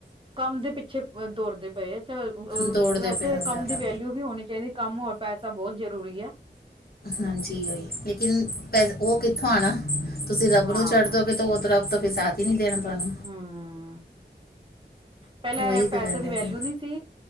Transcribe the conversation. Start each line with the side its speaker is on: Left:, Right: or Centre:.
Right: ਕੰਮ ਦੇ ਪਿੱਛੇ ਦੌੜਦੇ ਪਏ ਹਆ
Left: ਦੌੜਦੇ
Right: ਵੈਸੇ
Left: ਪਏ ਹਾਂ ਜ਼ਿਆਦਾ
Right: ਕੰਮ ਦੀ ਵੈਲਿਊ। ਵੀ ਹੋਣੀ ਚਾਹੀਦੀ ਕੰਮ ਹੋਵੇ ਪੈਸਾ ਬਹੁਤ ਜ਼ਰੂਰੀ ਐ।
Left: ਹਾਂਜੀ, ਲੇਕਿਨ ਪੈਸ ਉਹ ਕਿੱਥੋਂ ਆਣਾ ਤੁਸੀਂ ਰੱਬ
Right: ਹਾਂ
Left: ਨੂੰ ਛੱਡ ਦੋਗੇ ਤੇ ਉਹ ਰੱਬ ਤੋਂ ਵੀ ਜ਼ਿਆਦਾ। <unintelligible>
Right: ਹੂੰ, ਪਹਿਲਾਂ
Left: ਉਹੀ ਤਾਂ
Right: ਪੈਸੇ
Left: ਗੱਲ
Right: ਦੀ
Left: ਹੈ
Right: ਵੈਲਿਊ
Left: ਫਿਰ
Right: ਨਹੀਂ ਸੀ